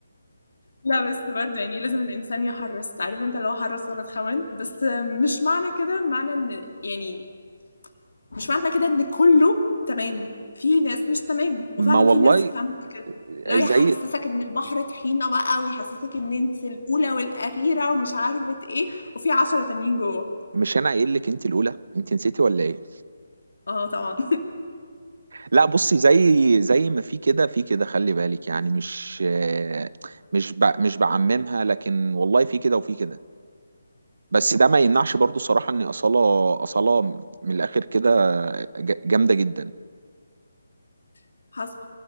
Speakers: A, on the left; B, on the right.
A: لا بس برضه يعني لازم الانسان يحرص عارف انت لو حرص ولا تخون بس مش معنى كده معنى ان يعني مش معنى كده ان كله تمام في ناس مش تمام
B: ما
A: وفعلا
B: والله
A: في ناس بتعمل كده اللي هو
B: زي
A: يحسسك ان البحر طحينة بقى ويحسسك ان انت الاولى والاخيرة ومش عارفة ايه وفي عشرة تانيين جوه
B: مش انا قايل لك انت الاولى انت نسيتي ولا ايه
A: اه طبعا
B: لا بصي زي زي ما في كده في كده خلي بالك يعني مش مش ب- مش بعممها لكن والله في كده وفي كده بس ده ما يمنعش برضو الصراحة ان أصالة أصالة من الآخر كده ج- جامدة جدا
A: <laughs> حصل